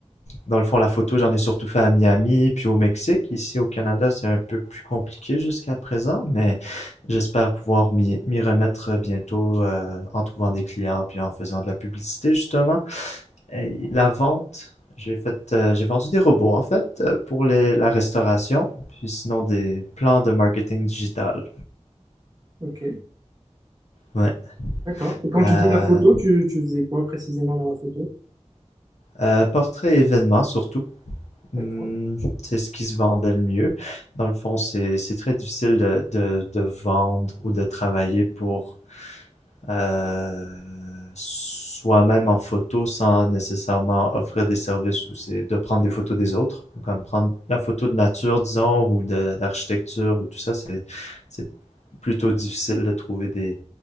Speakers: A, on the left; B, on the right.
A: dans le fond, la photo, j'en ai surtout fait à Miami, puis au Mexique. Ici, au Canada, c'est un peu plus compliqué jusqu'à présent, mais j'espère pouvoir m'y m'y remettre bientôt euh, en trouvant des clients, puis en faisant de la publicité, justement. Et la vente, j'ai fait, euh, j'ai vendu des robots, en fait, euh, pour les- la restauration, puis sinon des plans de marketing digital.
B: Ok,
A: Ouais.
B: d'accord. Et quand
A: Euh,
B: tu dis la photo, tu, tu faisais quoi précisément dans la photo?
A: euh, portrait événement, surtout. Hmm,
B: D'accord,
A: c'est ce qui se vendait le mieux. Dans le fond, c'est c'est très difficile de, de, de vendre ou de travailler pour euh, soi-même en photo sans nécessairement offrir des services ou c'est de prendre des photos des autres. Comme prendre la photo de nature, disons, ou de d'architecture ou tout ça, c'est c'est plutôt difficile de trouver des,